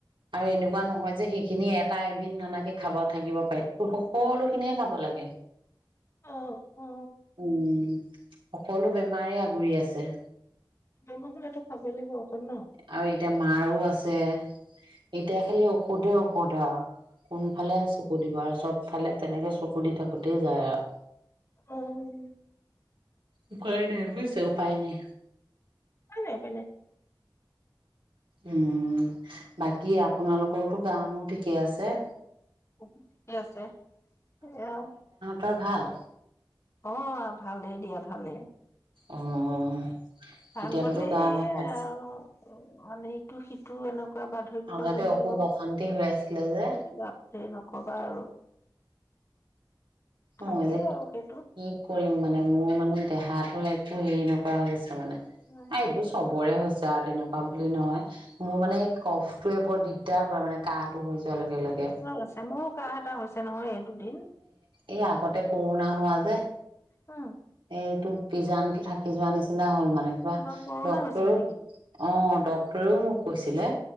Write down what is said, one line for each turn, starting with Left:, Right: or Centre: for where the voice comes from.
Right: আৰু এনেকুৱা নহয় যে সেইখিনি এটা এবিধ নানাকে খাব থাকিব পাৰে সকলো খিনিয়ে খাব লাগে।
Left: অ অ
Right: উম সকলো বেমাৰে ঘুৰি আছে
Left: বেমাৰ হলেটো খাবই লাগিব অকণ ন।
Right: আৰু এতিয়া মাৰো আছে এতিয়া খালি ঔষধে ঔষধে আৰু কোনফালে চকু দিব আৰু চব ফালে তেনেকে চকু দি থাকোতেই যায় আৰু
Left: উম উম
Right: উপায় নাই বুইছে উপায় নাই
Left: উপায় নাই, উপায় নাই।
Right: উম বাকী আপোনালোকৰো গা মুৰ ঠিকে আছে
Left: ঠিক আছে সেয়া
Right: ৰ, ভাল।
Left: অ', ভালেই দিয়া ভালেই।
Right: অ'।
Left: ভাল
Right: এতিয়াতোতো
Left: মানে
Right: গা
Left: এ,
Right: ভাল পাইছে
Left: আৰু মানে ত' সিটোও এনেক বাৰ্ধক্যজনিত
Right: আগতে অসুখ
Left: এ
Right: অশান্তি হৈ আছিলে যে
Left: বাপৰে নক'বা আৰু। থাকেই
Right: অ' যে কি
Left: আৰু সেইটো
Right: কৰিম মানে? মোৰ মানে দেহাতো একো হেৰি নকৰা হৈ গৈছে। মানে
Left: উম
Right: এইটো চবৰে হৈছে। য তেনেকুৱা বুলি নহয় মোৰ মানে এই ক'ফটয়ে বৰ দিগদাৰ কৰে মানে কাঁহটো হৈ যোৱাৰ লগে লগে।
Left: আছে মোৰো কাঁহ এটা হৈছে নহয় এই দুদিন।
Right: এই আগতে কৰোণা হোৱা যে।
Left: অ'।
Right: এইটো পিজা আনকি থাকি যোৱা নিচিনা হ'ল মান নাই খোৱা
Left: তোমাৰ কৰোণা
Right: ডক্তৰক
Left: হৈছিলে নেকি
Right: অ ডক্তৰেও মোক কৈছিলে।